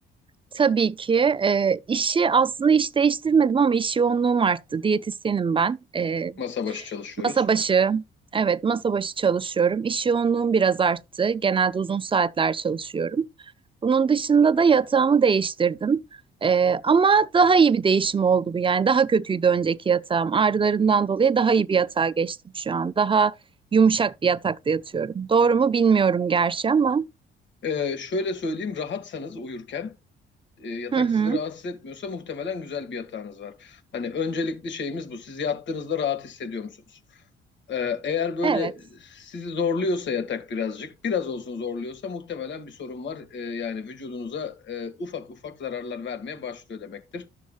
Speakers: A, on the right; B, on the left.
A: Tabii ki e, işi aslında iş değiştirmedim ama iş yoğunluğum arttı. Diyetisyenim ben. E,
B: Masa başı çalışıyoruz.
A: Masa başı. Evet, masa başı çalışıyorum. İş yoğunluğum biraz arttı. Genelde uzun saatler çalışıyorum. Bunun dışında da yatağımı değiştirdim. Ee, ama daha iyi bir değişim oldu bu. Yani daha kötüydü önceki yatağım. Ağrılarımdan dolayı daha iyi bir yatağa geçtim şu an. Daha yumuşak bir yatakta yatıyorum. Doğru mu bilmiyorum gerçi ama.
B: E, şöyle söyleyeyim, rahatsanız uyurken e, yatak
A: Hı hı.
B: sizi rahatsız etmiyorsa muhtemelen güzel bir yatağınız var. Hani öncelikli şeyimiz bu. Siz yattığınızda rahat hissediyor musunuz? Ee, eğer böyle
A: Evet.
B: sizi zorluyorsa yatak birazcık, biraz olsun zorluyorsa muhtemelen bir sorun var. Ee, yani vücudunuza e, ufak ufak zararlar vermeye başlıyor demektir.